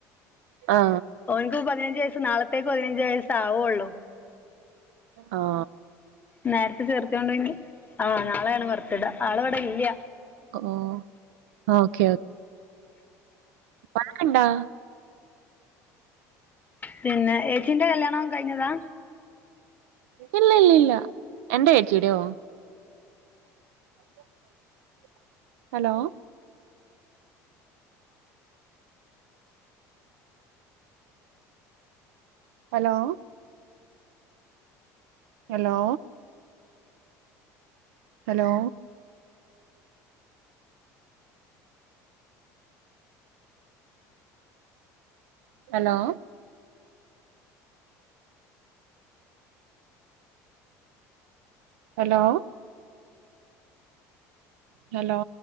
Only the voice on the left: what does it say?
ഓന്ക്ക് പതിനഞ്ച് വയസ്സ് നാളത്തേക്ക് പതിനഞ്ച് വയസാവൊള്ളു.
നേരത്തെ ചേർത്തൊണ്ടങ്കി ആ, നാളെയാണ് ബെർത്തിടെ ആളിവിടെ ഇല്യ.
പിന്നെ ഏച്ചിന്റെ കല്യാണം കഴിഞ്ഞതാ.